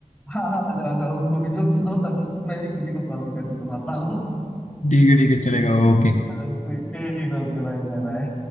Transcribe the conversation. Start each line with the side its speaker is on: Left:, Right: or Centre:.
Centre: हाँ हाँ हाँ, जाओ जाओ उसको भी जोक सुनो तब मैं भी किसी को कॉल करके सुनाता हूँ
Left: है ठीक है चलेगा
Centre: <laughs>
Left: ओके
Centre: तो ठीक ठीक, ओके भाई बाय बाय